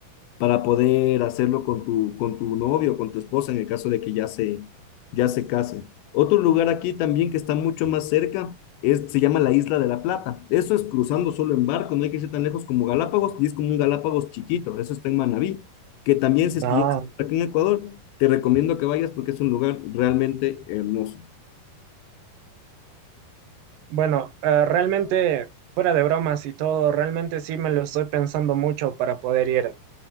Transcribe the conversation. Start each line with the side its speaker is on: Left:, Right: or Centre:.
Left: para poder hacerlo con tu, con tu novio, con tu esposa, en el caso de que ya se, ya se casen. Otro lugar aquí también que está mucho más cerca es, se llama la Isla de la Plata. Eso es cruzando solo en barco, no hay que irse tan lejos como Galápagos, y es como un Galápagos chiquito, eso está en Manabí, que también si es
Right: ah.
Left: que ya estás aquí en Ecuador, te recomiendo que vayas porque es un lugar realmente hermoso.
Right: Bueno, eh, realmente, fuera de bromas y todo, realmente sí me lo estoy pensando mucho para poder ir,